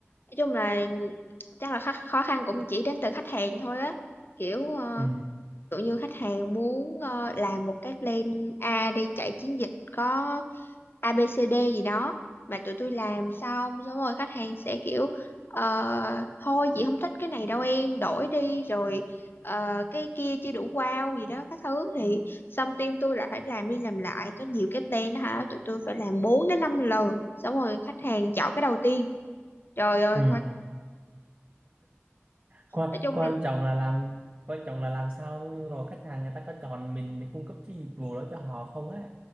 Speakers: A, on the left (about 50°); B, on the right (about 35°).
A: nói chung là chắc là khá- khó khăn cũng chỉ đến từ khách hàng thôi á kiểu ờ,
B: ừ.
A: kiểu như khách hàng muốn ờ, làm một cái plan A đi chạy chiến dịch có a ABCD gì đó mà tụi tôi làm xong xong rồi khách hàng sẽ kiểu ờ, thôi chị không thích cái này đâu em đổi đi rồi ờ, cái kia chưa đủ wow gì đó các thứ thì xong team tôi lại phải làm đi làm lại có nhiều cái plan đó hả tụi tôi phải làm 4 đến 5 lần xong rồi khách hàng chọn cái đầu tiên trời ơi
B: Ừ.
A: coi
B: Quan,
A: nói chung
B: quan trọng là làm quan trọng là làm sao rồi khách hàng người ta có chọn mình để cung cấp cái dịch vụ đó cho họ không á